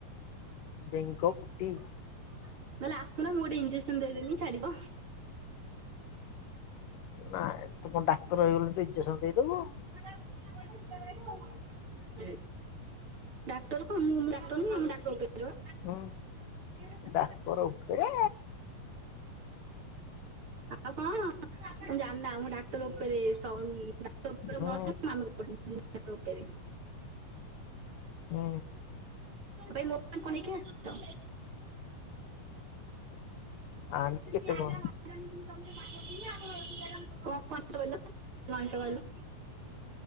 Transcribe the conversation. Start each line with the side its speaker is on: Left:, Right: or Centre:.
Left: ବେଙ୍ଗ ପୁଟି
Right: ନ ହେଲେ ଆସୁ ନ ମୁଁ ଗୋଟେ ଇଞ୍ଜେକସନ୍ ଦେଇଦେବି ଛାଡିବ।
Left: ନା ଏ ତୁ କଣ ଡାକ୍ତର ହେଇଗଲୁ ଯେ ଇଞ୍ଜେକସନ୍ ଦେଇଦବୁ।
Right: <unintelligible> ଡାକ୍ଟର କଣ ମୁଁ କ ଡାକ୍ଟର ନୁହଁ ମୁଁ
Left: ହୁଁ
Right: <inaudible>
Left: ଡାକ୍ତର ଉପରେ
Right: ଆଉ କଣ? ତମେ ଜାନା ମୁଁ ଡାକ୍ଟର ଉପରେ <inaudible> କ୍ର
Left: ହୁଁ
Right: ଅ ହଟ ପରି <inaudible>
Left: ହୁଁ।
Right: ଭାଇ ମୋ ପାଇଁ କଁ ନେଇକି ଆସିଚ? ଆ।
Left: ଆଣିଛି କେତେ କଣ
Right: <inaudible> ମସ କଲ। <inaudible>